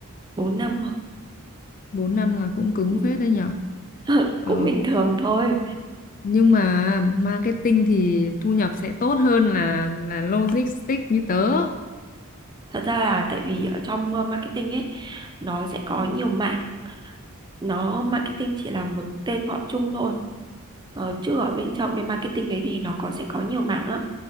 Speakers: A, on the right (about 20°); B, on the left (about 40°).
A: 4 năm rồi.
B: bốn năm là cũng cứng
A: Ừ.
B: phết đấy nhở
A: <laughs>
B: Ờ,
A: cũng bình thường thôi
B: nhưng mà marketing thì thu nhập sẽ tốt hơn là là logistics như tớ
A: thật ra là tại vì ở trong ờ, marketing ấy nó sẽ có nhiều mảng nó marketing chỉ là một tên gọi chung thôi ờ, chứ ở bên trong cái marketing đấy thì nó có sẽ có nhiều mảng lắm